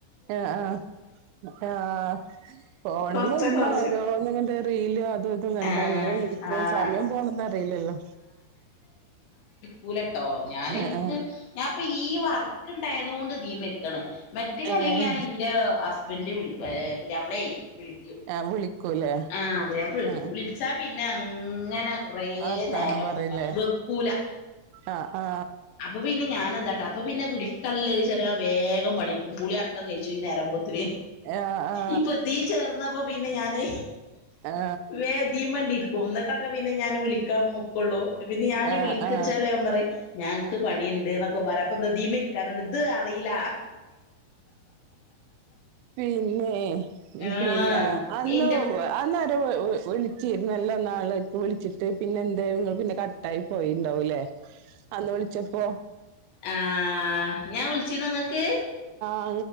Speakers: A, on the right; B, on the left.
A: ആഹ് ആഹ് ആഹ് ഫോണുമ്മെ
B: കൊറച്ചൊക്കെ
A: ഇരുന്ന
B: വിളിച്ച്
A: ഓരോന്നും കണ്ട് റീൽ അതും ഇതും കണ്ട്
B: ആഹ്
A: ഇങ്ങെരിക്കും
B: ആഹ്
A: സമയം പോണത് അറിയില്ലല്ലോ
B: പൂലട്ടോ ഞാന്
A: ആഹ്
B: എനിക്ക്
A: ആഹ്
B: ഞാൻപ്പ ഈ വർക്ക് ഇണ്ടായതു കൊണ്ട് ഇതിമേ ഇരിക്കണ് മറ്റേ അല്ലെങ്കിൽ
A: ഏഹ്
B: ഞാൻ എന്റെ ഹസ്ബൻന്റെ വിളി പുയാപ്ലയേ വിളിക്കും
A: ആ വിളിക്കൂലേ
B: ആഹ് പുയാപ്ല വിളിക്കും
A: ആ
B: വിളിച്ചാ പിന്നെ അങ്ങനെ കുറേ
A: വർത്താനം
B: നേരം
A: പറയിലേ
B: വെക്കൂല
A: ആ ആ
B: അപ്പൊ പിന്നെ ഞാന് എന്താട്ടാ അപ്പം പിന്നെ വിളിക്കല്ല ചെറിയാൻ വേഗം പണിക്കും കുളി അടക്കം കഴിച്ചു ഈ നേരാകുമ്പം
A: ആ ആ
B: ഇപ്പൊ ഇതീൽ ചേർന്നപ്പോ പിന്നെ ഞാന്
A: ആ
B: വേഗം ഇതിമ്മേ ഇങ്ങിരിക്കും എന്നിട്ടൊക്കെ പിന്നെ ഞാന് വിളിക്കാൻ നോക്കള്ളു പിന്നെ ഞാൻ
A: ആ
B: വിളിക്കിച്ചള
A: ആ
B: ഞാൻ പറയും ഞങ്ങക്ക് പണിയുണ്ട് എന്നൊക്കെ പറയും അപ്പോ ഇതിമേൽ കാരണം ഇത് അറിയില
A: പിന്നെ
B: ആ
A: പിന്നെ അന്ന്
B: ഇന്റെ
A: അന്നാര വിളി വിളി ചീര നല്ല ഒന്നാളെ വിളിച്ചിട്ട് പിന്നെ എന്താ നി പിന്നെ കട്ട ആായി പോയി ണ്ടാവല്ലേ അന്ന് വിളിച്ചപ്പോ
B: ആഹ ഞാൻ വിളിച്ചി നിങ്ങക്ക്
A: അ